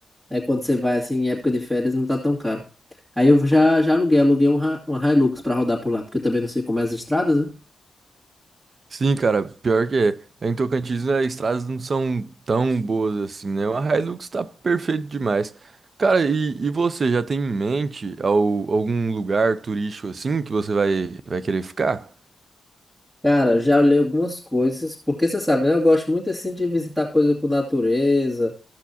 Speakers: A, on the right; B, on the right.
A: Aí quando você vai assim em época de férias não tá tão caro. Aí eu já, já aluguei, aluguei um, Hi- uma Hilux pra rodar por lá, porque eu também não sei como é as estradas, né?
B: Sim, cara, pior que é. Lá Em Tocantins, né, as estradas não são tão boas assim, né? A Hilux tá perfeito demais. Cara, e, e você já tem em mente al- algum lugar turístico assim que você vai, vai querer ficar?
A: Cara, eu já olhei algumas coisas, porque você sabe, né? Eu gosto muito assim de visitar coisa com natureza,